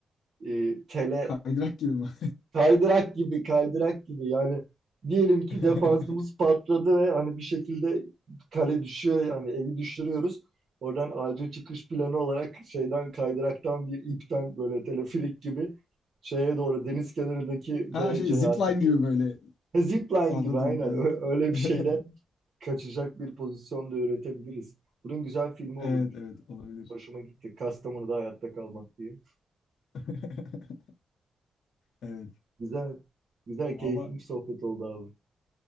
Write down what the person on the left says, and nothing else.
Kaydırak gibi mi?
<laughs>
Ha
şey
zipline
gibi böyle.
Anladım
evet.
<laughs>
Evet
evet olabilir.
<laughs> Evet.
Valla